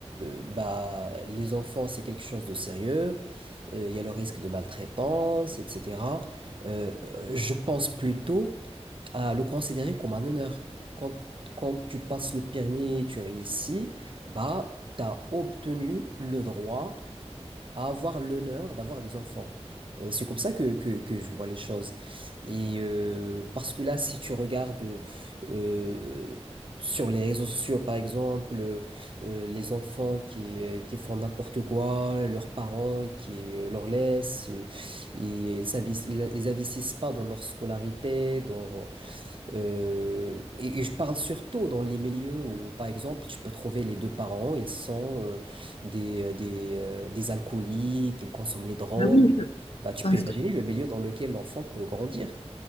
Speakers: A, on the right (about 50°); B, on the left (about 60°).
A: euh, bah, les enfants, c'est quelque chose de sérieux. Euh, Il y a le risque de maltraitance, etc. Euh, euh, je pense plutôt à le considérer comme un honneur. Quand, quand tu passes le permis et tu réussis, bah, tu as obtenu le droit à avoir l'honneur d'avoir des enfants. Euh, c'est comme ça que, que, que je vois les choses. Et euh, parce que là, si tu regardes euh, sur les réseaux sociaux, par exemple, euh, euh, les enfants qui, euh, qui font n'importe quoi, leurs parents qui euh, leur laissent, et, et s'invest- ils, ils investissent pas dans leur scolarité, dans, euh, et, et je parle surtout dans les milieux où, par exemple, tu peux trouver les deux parents, ils sont euh, des, euh, des, euh, des alcooliques, ils consomment les drogues.
B: Ben oui, je
A: Bah, tu
B: ben,
A: peux imaginer
B: je te
A: le milieu dans lequel l'enfant peut grandir.